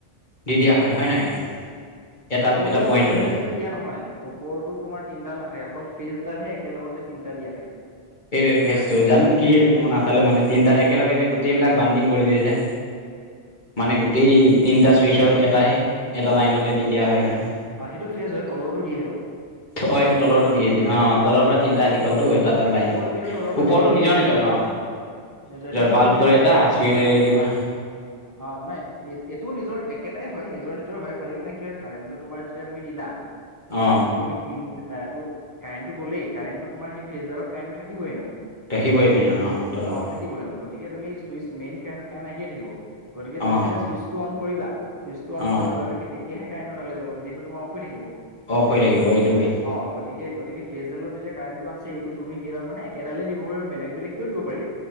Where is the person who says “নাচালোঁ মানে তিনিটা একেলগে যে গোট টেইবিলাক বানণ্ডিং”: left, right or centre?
Left